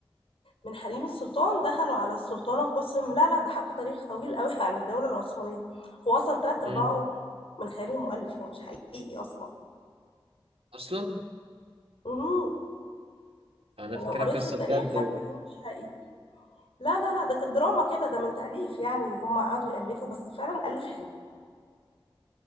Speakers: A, on the left; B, on the right.
A: من حريم السلطان دخلوا على السلطانه قسم لا لا ده حكوا تاريخ طويل قوي <laughs> عن الدوله العثمانيه هو اصلا ثلاث ارباعه
B: امم
A: من خيال المؤلف يعني مش حقيقي اصلا
B: اصلا
A: مم.
B: انا
A: يعني
B: فاكرها
A: لو قريت
B: قصه
A: في التاريخ
B: بجد و...
A: هتلاقيه مش حقيقي لا لا لا ده كانت دراما كده ده من تأليف يعني هم قعدوا يألفوا بس فعلا ألف حلو